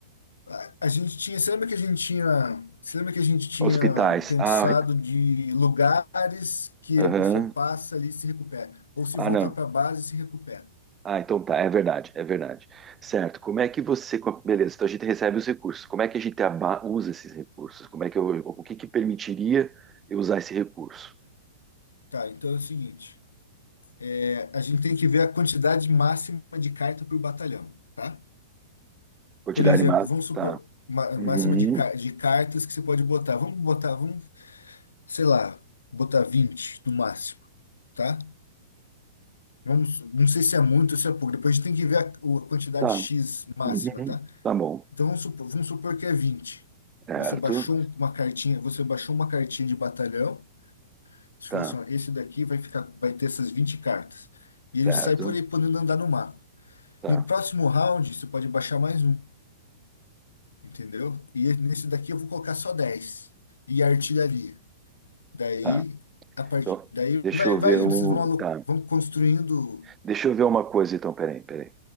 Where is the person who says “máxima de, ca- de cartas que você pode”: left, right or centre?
Left